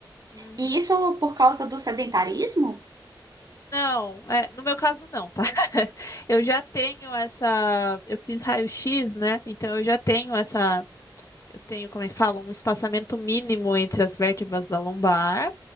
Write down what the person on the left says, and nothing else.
Uhum.
Não, é, no meu caso não, tá? <laughs> Eu já tenho essa. Eu fiz raio-x, né? Então eu já tenho essa tenho, como é que fala, um espaçamento mínimo entre as vértebras da lombar